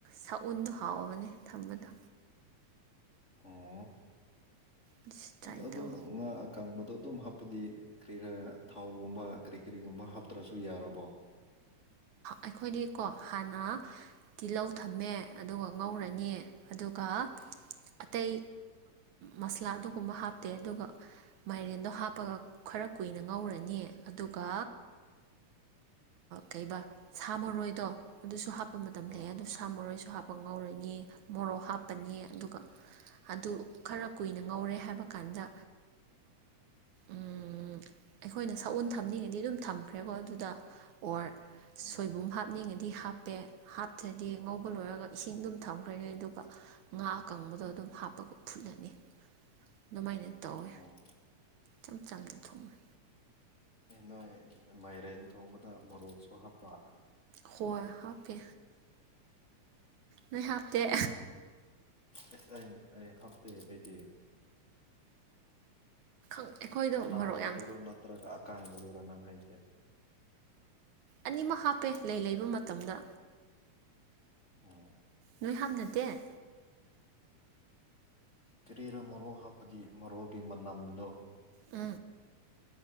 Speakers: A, on the right; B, on the left.
A: ꯁꯛꯎꯟꯗꯣ ꯍꯥꯎꯕꯅꯦ ꯊꯝꯕꯗꯣ
B: ꯑꯣ
A: ꯑꯗꯨꯁꯨ
B: ꯑ
A: ꯇ꯭ꯔꯥꯏ
B: ꯑꯗꯣ
A: ꯇꯧ
B: ꯉꯥ ꯀꯪꯕꯗꯣ ꯑꯗꯨꯝ ꯍꯥꯞꯄꯗꯤ ꯀꯔꯤ ꯔꯥ ꯊꯥꯎꯒꯨꯝꯕ ꯀꯔꯤ ꯀꯔꯤꯒꯨꯝꯕ ꯍꯥꯞꯇ꯭ꯔꯁꯨ ꯌꯥꯔꯕꯣ
A: ꯑꯩꯈꯣꯏꯗꯤꯀꯣ ꯍꯥꯟꯅ ꯇꯤꯜꯍꯧ ꯊꯝꯃꯦ ꯑꯗꯨꯒ ꯉꯧꯔꯅꯤ ꯑꯗꯨꯒ ꯑꯇꯩ ꯃꯁꯂꯥ ꯑꯗꯨꯒꯨꯝꯕ ꯍꯥꯞꯇꯦ ꯑꯗꯨꯒ ꯃꯥꯏꯔꯦꯟꯗꯣ ꯍꯥꯞꯄꯒ ꯈꯔ ꯀꯨꯏꯅ ꯉꯧꯔꯅꯤ ꯑꯗꯨꯒ ꯀꯩꯕ ꯁꯥ ꯃꯔꯣꯏꯗꯣ ꯑꯗꯨꯁꯨ ꯍꯥꯞꯄ ꯃꯇꯝ
B: ꯑꯥ
A: ꯂꯩ ꯑꯗꯨꯗ ꯁꯥ ꯃꯔꯣꯏꯁꯨ ꯍꯥꯞꯄ ꯄ ꯉꯧꯔꯅꯤ ꯃꯣꯔꯣꯛ ꯍꯥꯞꯄꯅꯤ ꯑꯗꯨꯒ ꯑꯗꯨ ꯈꯔ ꯀꯨꯏꯅ ꯉꯧꯔꯦ ꯍꯥꯏꯕ ꯀꯥꯟꯗ ꯎꯝ ꯑꯩꯈꯣꯏꯅ ꯁꯥꯛꯎꯟ ꯊꯝꯅꯤꯡꯉꯗꯤ ꯑꯗꯨꯝ ꯊꯝꯈ꯭ꯔꯦꯀꯣ ꯑꯗꯨꯗ ꯑꯣꯔ
B: ꯑꯣ
A: ꯁꯣꯏꯕꯨꯝ ꯍꯥꯞ ꯍꯥꯞꯅꯤꯡꯉꯗꯤ ꯍꯥꯞꯄꯦ ꯍꯥꯞꯇ꯭ꯔꯗꯤ ꯉꯧꯕ ꯂꯣꯏꯔꯒ ꯏꯁꯤꯡ ꯑꯗꯨꯝ ꯊꯝꯈ꯭ꯔꯅꯤ ꯑꯗꯨꯒ ꯉꯥ ꯑꯀꯪꯕꯗꯣ ꯑꯗꯨꯝ ꯍꯥꯞꯄꯒ ꯐꯨꯠꯂꯅꯤ ꯑꯗꯨꯃꯥꯏꯅ ꯇꯧꯋꯦ
B: ꯑꯣ
A: ꯏꯆꯝ ꯆꯝꯅ ꯊꯣꯡꯉꯦ
B: ꯅꯣꯏ ꯃꯥꯏꯔꯦꯟ ꯊꯣꯡꯕꯗ ꯃꯣꯔꯣꯛꯁꯨ ꯍꯥꯞꯄ
A: ꯍ‌ꯣꯏ ꯍꯥꯞꯄꯦ ꯅꯣꯏ ꯍꯥꯥꯞꯇ‌ꯦ
B: ꯑꯁ ꯑꯩ ꯑꯩ ꯍꯥꯞꯇꯦ ꯑꯩꯗꯤ
A: ꯑꯩꯈꯣꯏꯗ‌ꯣ
B: ꯑꯅꯥꯕꯗꯨꯔ
A: ꯃꯔꯣꯛ ꯌꯥꯝ
B: ꯅꯠꯇ꯭ꯔꯒ ꯑꯀꯥꯡꯕꯗꯨꯔꯥ ꯅꯪ ꯍꯥꯏꯁꯦ
A: ꯑꯅꯤꯃꯛ ꯍꯥꯞꯄꯦ ꯂꯩ ꯂꯩꯕ ꯃꯇꯝꯗ
B: ꯑꯣ
A: ꯅꯣꯏ ꯍꯥꯞꯅꯗꯦ
B: ꯀꯦꯔꯤꯔ ꯃꯔꯣ ꯍꯥꯞꯄꯗꯤ ꯃꯔꯋꯥꯒꯤ ꯃꯅꯅ
A: ꯎ